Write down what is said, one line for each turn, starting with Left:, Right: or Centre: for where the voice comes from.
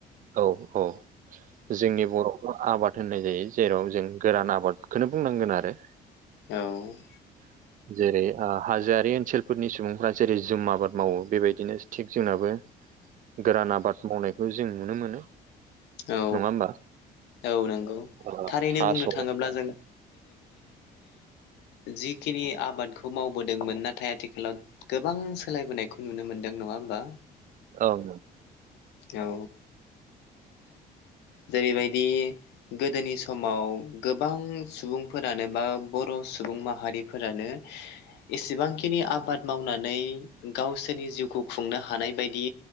Right: औ औ जोंनि बर' आबाद होननाय जायो जेराव जों गोरान आबादखौनो बुंनांगोन आरो।
Left: औ
Right: जेरै हाजोआरि ओनसोलफोरनि सुबुंफ्रा जेरै जुम आबाद मावो बेबायदिनो थिग जोंनाबो। गोरान आबाद मावनायखौ जों नुनो मोनो।
Left: औ
Right: नङा होमबा
Left: औ नंगौ
Right: ओ
Left: थारैनो
Right: थास'
Left: बुंनो थाङोब्ला जों। जिखिनि आबादखौ मावबोदोंमोन नाथाय आथिखालाव। गोबां सोलायबोनायखौ नुनो मोनदों नङा होनबा।
Right: औ
Left: औ जेरैबायदि। गोदोनि समाव गोबां सुबुंफोरानो बा बर' सुबुं माहारिफोरानो एसेबांखिनि आबाद मावनानै गावसोरनि जिउखौ खुंनो हानाय बायदि